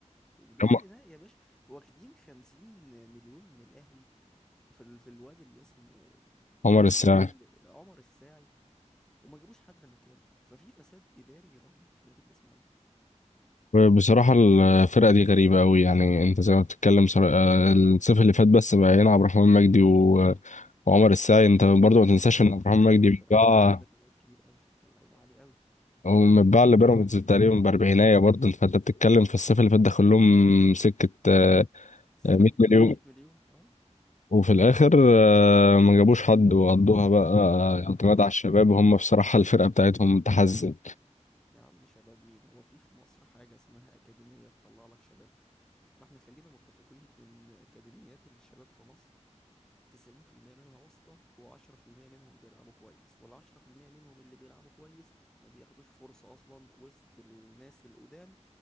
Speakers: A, in the centre; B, on the left.
A: وبدون
B: عم-
A: بناء يا باشا واخدين خمسين مليون من الأهلي في ال... في الواد اللي اسمه
B: عمر السعيد
A: اسمه ايه الواد اللي عمر الساعي وما جابوش حد مكانه ففي فساد إداري رهيب في نادي الإسماعيلي
B: بصراحه الفرقه دي غريبه قوي يعني انت زي ما بتتكلم صرا- آه، الصيف اللي فات بس بقى يلعب رحمن مجدي و... وعمر السعيد انت برضه ما تنساش ان رحمن مجدي
A: عبد
B: بيتباع
A: الرحمن مجدي ده كان لعيب كبير قوي كان لعيب عالي قوي
B: هو متباع لبيراميدز تقريبا باربعينايه برضه فانت بتتكلم في الصيف اللي فات دخل لهم سكه آه،
A: 90
B: 100
A: مليون
B: مليون
A: ولا 100 مليون اه
B: وفي الاخر آه، ما جابوش حد وقضوها بقى آه، اعتماد على الشباب وهم بصراحه الفرقه بتاعتهم متحزن
A: يا عم شباب مين هو في في مصر حاجة اسمها أكاديمية تطلع لك شباب ما احنا خلينا متفقين إن أكاديميات الشباب في مصر 90% منها واسطة و10% منهم بيلعبوا كويس وال10% منهم اللي بيلعبوا كويس ما بياخدوش فرصة أصلا وسط الناس القدام